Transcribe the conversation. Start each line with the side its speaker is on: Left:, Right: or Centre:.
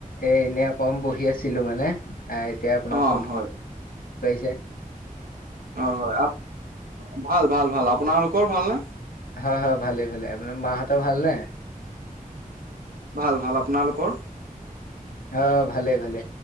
Left: এ এনেই অকন বহি আছিলো মানে এ এতিয়া আপোনাৰ
Right: অ
Left: ফোনটো
Right: হয়
Left: আহিছে
Right: অ হয় আপ ভাল ভাল ভাল আপোনালোকৰ ভালনে
Left: হয় হয় ভালে ভালে আপোনাৰ মাহঁতৰ ভাল নে
Right: ভাল ভাল আপোনালোকৰ
Left: অ ভালে ভালে